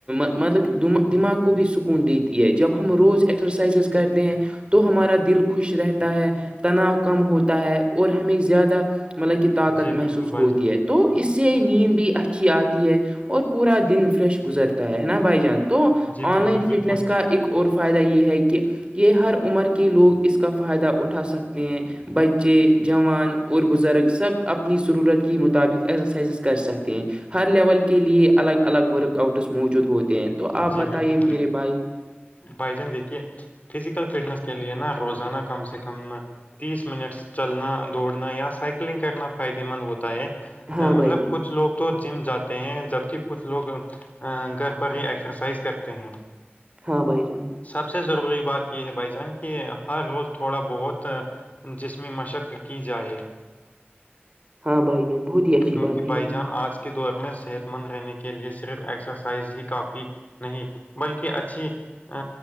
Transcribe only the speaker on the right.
مطلبا دماغ کو بھی سکون دیتی ہے جب ہم روز ایکسرسائزز کرتے ہیں تو ہمارا دل خوش رہتا ہے تناؤ کم ہوتا ہے اور ہمیں زیادہ مطلب کہ طاقت
محسوس
ہوتی
ہے تو اس سے نیند بھی اچھی آتی ہے اور پورا دن فریش گزرتا ہے نا بھائی جان تو
آن
لائن فٹنس
کا ایک اور فائدہ یہ ہے کہ یہ ہر عمر کے لوگ اس کا فائدہ اٹھا سکتے ہیں بچے جوان اور بزرگ سب اپنی ضرورت کے مطابق ایسرسائزز کر سکتے ہیں ہر لیول کے لیے الگ الگ ورک آؤٹس موجود ہوتے ہیں تو آپ
بتائیے
میرے بھائی
ہاں
بھائی جان
ہاں بھائی جان
ہاں بھائی جن بہت ہی اچھی
بات کہی
آپ
نے